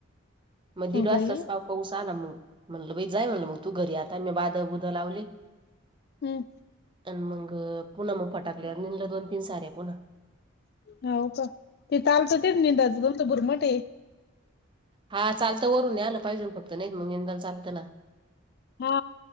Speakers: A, on the right; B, on the left.
A: मग दीड वाजताच
B: बाई
A: पाव पाउस आला ना, मग म्हणलं बाई जाय म्हणलं मग तू घरी आता मी बादळ बुद लावली
B: हुं.
A: आणि मग पुन्हा मग पटाकले नि दोन तीन सार्या पुन्हा.
B: हो का ते तालच ते नि बुरमाट हाय ग.
A: हा चालत वरून न आलं पाहिजे फक्त नाही मग निंदाला चालतं ना.
B: म अ.